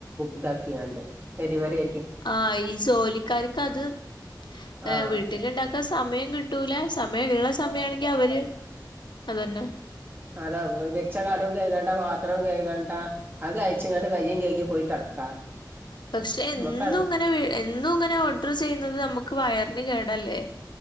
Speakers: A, on the right; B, on the left.
A: ഇതാക്കിയാണ്ട് ഇരിവരെ
B: ആ ഈ ജോലിക്കാർക്ക് അത്
A: ആഹ്
B: ഏർ വീട്ടിലുണ്ടാക്കാൻ സമയം കിട്ടൂല സമയം ഉള്ള സമയ ആണെങ്കി അവര് അതന്നെ
A: അത മിച്ചകാലം കേഴക്കേണ്ട വാർ പത്രം കഴുകണ്ടാ അത് കഴിച്ചങ്ങട്ട് കയ്യും കഴുകി പോയി കിടക്കാ
B: പക്ഷെ എന്നും
A: നമ്മക്കത്
B: ഇങ്ങനെ എന്നും ഇങ്ങനെ ഓർഡർ ചെയ്യുന്നത് നമ്മുക്ക് വയറിന് കേടല്ലേ